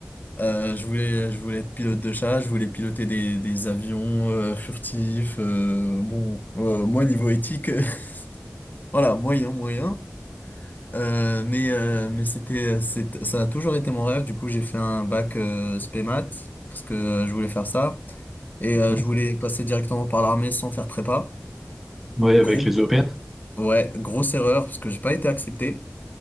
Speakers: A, on the left; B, in the centre.
A: Euh, je voulais, je voulais être pilote de chasse, je voulais piloter des, des avions euh, furtifs. euh, bon, euh, moi, niveau éthique, <laughs> voilà, moyen, moyen. Euh, mais euh, mais c'était, euh, c'est- ça a toujours été mon rêve. Du coup, j'ai fait un bac euh, spé maths parce que euh, je voulais faire ça. Et euh,
B: ouais.
A: je voulais passer directement par l'armée sans faire prépa.
B: Ouais, avec
A: Gros,
B: les EPN?
A: ouais, grosse erreur parce que j'ai pas été accepté.